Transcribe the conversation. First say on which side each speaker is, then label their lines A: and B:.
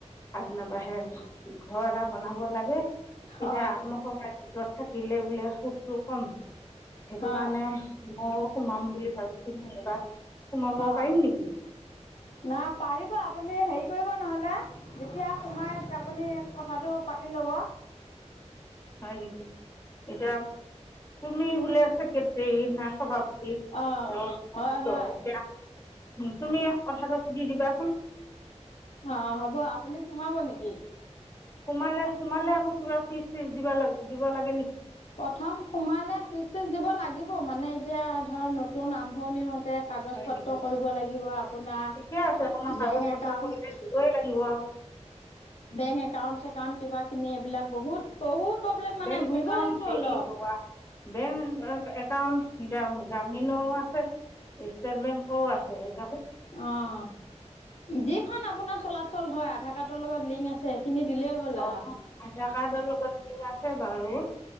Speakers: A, on the left; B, on the left.
A: আগ নাবাঢ়ে আৰু ঘৰ এটা বনাব লাগে
B: হয়
A: এতিয়া আত্মসহায়ক গোটত থাকিলে বোলে সুতটো কম হয় সেইটো
B: হয়
A: কাৰণে মই সোমাম বুলি ভাবিছিলোঁং এইবা সোমাব
B: হয়
A: পাৰিম নেকি?
B: নাই পাৰিব, আপুনি হেৰি কৰিব নহ'লে, যেতিয়া সোমাই আপুনি কথাটো পাতি ল'ব ।
A: হয় নেকি, এতিয়া তুমি বোলে চেক্ৰেটেৰী না সভাপতি!
B: অঁ
A: অ'
B: হয়
A: এতিয়া
B: হয়
A: তুমিয়ে কথাটো সুধি দিবাচোন ।
B: অ হ'ব, আপুনি সোমাব নেকি?
A: সোমালে, সোমালে আকৌ কিবা ফিজ চিজ দিবা লাগিব, দিব লাগে নেকি?
B: প্ৰথম সোমালে ফিচ-চিচ দিব লাগিব, মানে এতিয়া, ধৰ নতুন আৰম্ভণি হওঁতে কাগজ-পত্ৰ
A: হয় নেকি
B: কৰিব লাগিব, আপোনাৰ
A: ঠিকে আছে অকণমান কাগজ
B: বেংক
A: পত্ৰ
B: একাউণ্ট
A: কৰিলে দিবই লাগিব
B: বেংক একাউণ্ট, চেকাউণ্ট কিবা খিনি এইবিলাক বহুত, বহুত প্ৰব্লেম মানে
A: বেংক
B: ঘূৰিব
A: একাউণ্ট
B: লাগিব
A: হেৰি,
B: অলপ
A: লোৱা, বেং একা কাৰণ এতিয়া গ্ৰামীণও আছে। ষ্টেট বেংকৰও আছে ।
B: অ' যিখন আপোনাৰ চলাচল হয়, আধাৰ কাৰ্ডৰ লগত লিংক আছে সেইখিনি দিলেই হ'ল
A: অ'
B: আৰু
A: আধাৰ কাৰ্ডৰ লগত লিংক আছে বাৰু ।